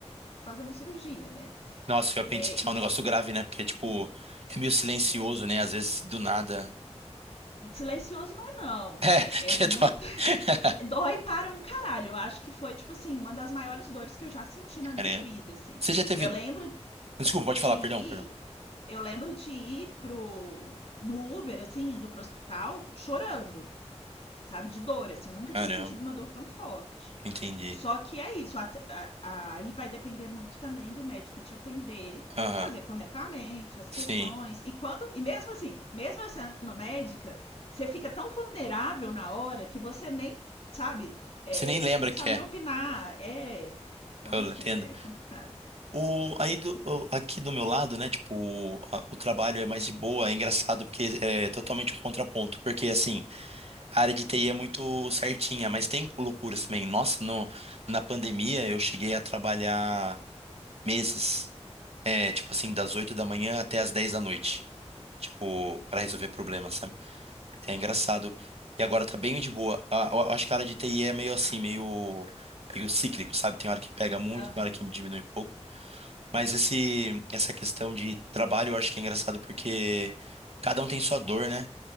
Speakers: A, on the left; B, on the right.
A: fazer uma cirurgia, né?
B: Nossa, o apendicite
A: É, e
B: é um negócio grave, né? Porque, tipo, é meio silencioso, né? Às vezes, do nada.
A: silencioso não é não.
B: É,
A: É,
B: <laughs> que
A: é muito.
B: dó.
A: <laughs>
B: <laughs>
A: Dói para um caralho. Eu acho que foi, tipo assim, uma das maiores dores que eu já senti na
B: Caramba.
A: minha vida, assim.
B: Você já teve.
A: Eu lembro
B: Desculpa, pode
A: de
B: falar,
A: ir.
B: perdão, perdão.
A: Eu lembro de ir pro. No Uber, assim, indo pro hospital, chorando, sabe? De dor, assim. Eu nunca
B: Caramba,
A: tinha sentido uma dor tão forte.
B: entendi.
A: Só que é isso, at- a- a- aí vai depender muito também do médico que te atender,
B: Aham,
A: fazer corretamente as questões.
B: sim.
A: E quando, e mesmo assim, mesmo eu sendo médica, você fica tão vulnerável na hora que você nem sabe, é,
B: Você nem lembra
A: você não
B: que
A: sabe
B: é.
A: nem opinar. É, então
B: Eu
A: assim,
B: entendo.
A: é complicado.
B: O, aí do, o- aqui do meu lado, né? Tipo, a- o trabalho é mais de boa, é engraçado, porque é totalmente um contraponto. Porque, assim, a área de TI é muito certinha, mas tem loucuras também. Nossa, no, na pandemia eu cheguei a trabalhar. meses, é, tipo assim, das 8 da manhã até as dez da noite, tipo, para resolver problemas, sabe? É engraçado. E agora tá bem de boa. A- Eu acho que a área de TI é meio assim, meio, meio cíclico, sabe? Tem hora que pega muito,
A: Aham.
B: tem hora que diminui um pouco. Mas esse, essa questão de trabalho eu acho que é engraçado porque cada um tem sua dor, né?